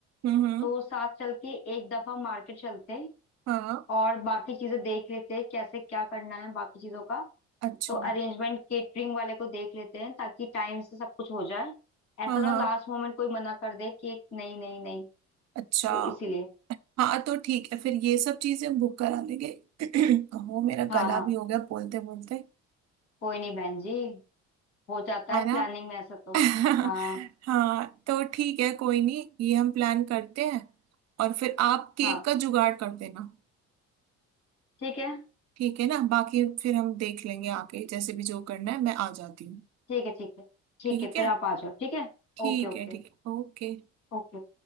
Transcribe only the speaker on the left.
तो साथ चल के एक दफा मार्केट चलते
और बाकी चीजें देख लेते हैं कैसे क्या करना है बाकी चीजों का
तो अरेंजमेंट केटरिंग वाले को देख लेते हैं ताकि टाइम से सब कुछ हो जाए ऐसा
ना
लास्ट मोमेंट कोई मना कर दे कि एक नहीं नहीं नहीं
तो इसीलिए
हाँ
हाँ
कोई नहीं बहन जी हो जाता
है
प्लानिंग में ऐसा तो
हाँ
हाँ
ठीक है
ठीक है ठीक है ठीक
है फिर
आप आ जाओ ठीक है
Okay okay
ओके